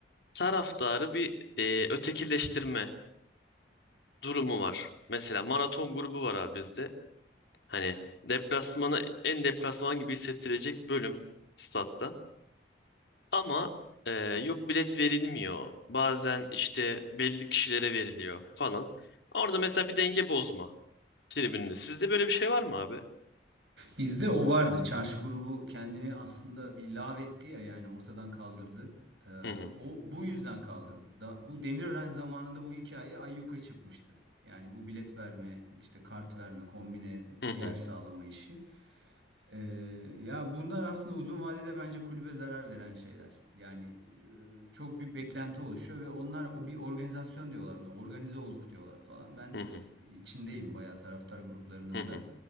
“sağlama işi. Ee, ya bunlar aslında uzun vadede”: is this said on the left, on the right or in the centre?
Right